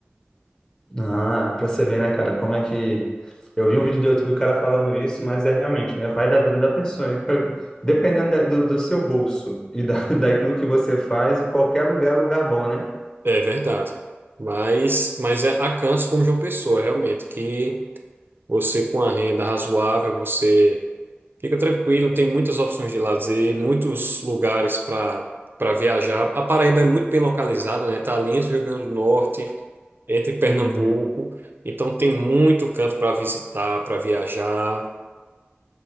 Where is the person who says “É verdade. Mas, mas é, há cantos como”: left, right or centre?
Right